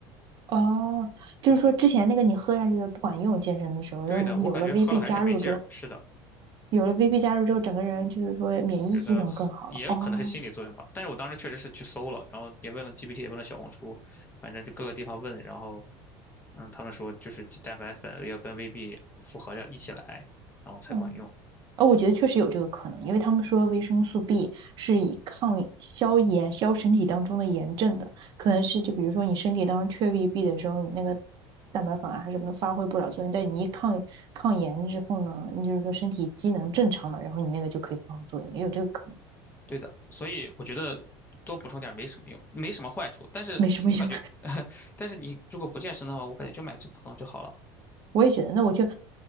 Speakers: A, on the right (about 45°); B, on the left (about 20°).
A: 哦，就是说之前那个你喝下去的不管用，
B: 啊。
A: 健身的时候，然后你有了
B: 对的，我感觉喝了还是没劲儿，
A: VB 加入之后，
B: 是的，
A: 有了 VB 加入之后，整个人就是说免疫系统更好了。
B: 觉得好也有可能是心理作用吧。
A: 哦，
B: 但是我当时确实是去搜了，然后也问了 GPT，也问了小红书，反正就各个地方问，然后嗯，他们说就是蛋白粉要跟 VB 复合着一起来，然后才管用。
A: 嗯，哦，我觉得确实有这个可能，因为他们说维生素 B 是以抗消炎、消身体当中的炎症的，可能是就比如说你身体当中缺 VB 的时候，你那个蛋白粉啊什么的发挥不了作用，但你一抗抗炎之后呢，你就是说身体机能正常了，然后你那个就可以发挥作用，也有这个可能，
B: 对的，所以我觉得多补充点儿没什么用，没什么坏处。但是我感觉，
A: 没什么用。
B: <laughs> 但是你如果不健身的话，我感觉就买最普通的就好了。
A: 我也觉得，那我就